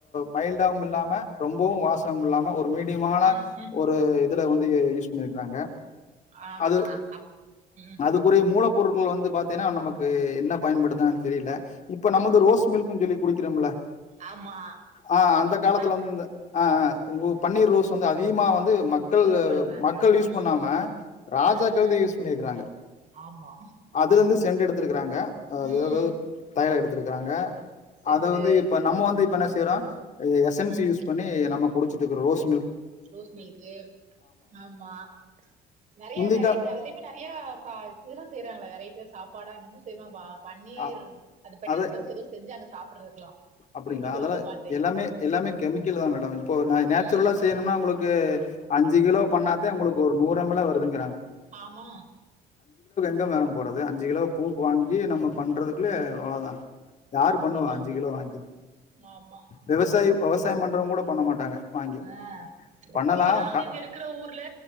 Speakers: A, on the left; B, on the right.
A: மைல்டாவும் இல்லாம ரொம்பவும் வாஸ் தம் இல்லாம ஓர் மீடியமான
B: ம் ம்
A: ஒரு இதுல வந்து செஞ்சிறாங்க
B: ஆமா
A: அது
B: அப் ம்
A: அதுக்குரிய மூள பொருள்கள் வந்து பாத்தீனா நமக்கு என்ன பயன்படுத்தனு தெரியில இப்ப நமக்கு ரோஸ் மில்க்னு சொல்லி குடிக்கிறோம் இல்ல
B: ஆமா
A: ஆ அந்த காலத்துல
B: அது
A: வந்து இந்த ஆ ஆ நம்பு பன்னீர் ரோஸ் வந்து அதிகமா வந்து மக்கள்
B: யூஸ் பண்றாங்க
A: மக்கள் யூஸ்
B: ம்
A: பண்ணாம ராஜாக்கள்தா
B: ஆ ஆ
A: யூஸ் பண்ணிருக்கிறாங்க
B: ஆமா
A: அதுல இருந்து சென்று எடுத்திருக்கிறாங்க அது
B: ம்
A: ஏதோ தயல எடுத் காங்க
B: சென்ட்டு
A: அத வந்து இப்ப நம்ம வந்து இப்ப நஸ் திரா எஸ்என்சு
B: ம்
A: யூஸ் பண்ணி நமக் குடிச்சிட்டுக்கு ரோஸ்
B: ரோஸ் மில்க்கு ஆமா நறையா
A: முந்திக்கா
B: வெரைட்டி அதுலயுமே நறையா பா இறா செய்றாங்களா வெரைட்டிய சாப்பாடா என்னமோ செய்வன்பா பன்னீர்
A: அ
B: அந்த பெட்டஸ்
A: அத
B: வச்சி எதோ செஞ்சாங்க சாப்படறதுக்கலாம்
A: அப்டிங்களா
B: யூடிப்ல
A: அதெல்லா
B: எதோ பாத்தே
A: எல்லாமே எல்லாமே கெமிக்கல் தா மேடம் இப்போ நா நேச்சுரலா
B: ம்
A: செய்யணும்னா உங்களுக்கு அஞ்சி கிலோ பண்ணாதா உங்களுக்கு ஒரு நூறு எம்லே வருதுங்கிறாங்க
B: ஆமா
A: எங்க மேடம் போடுறது அஞ்சு கிலோ பூக்கு வாங்கி நம்ம பண்றதுக்குலே அவ்ளோதா யாரு
B: அவ்ளோதே
A: பண்ணுவா அஞ்சு கிலோ வாங்கி
B: ஆமா
A: விவசாயி விவசாயோ பண்றங்க கூட பண்ண மாட்டாங்க வாங்கி
B: அ
A: பண்ணலா
B: இங்க நாங்க
A: க
B: இங்க இருக்கிற ஊர்ல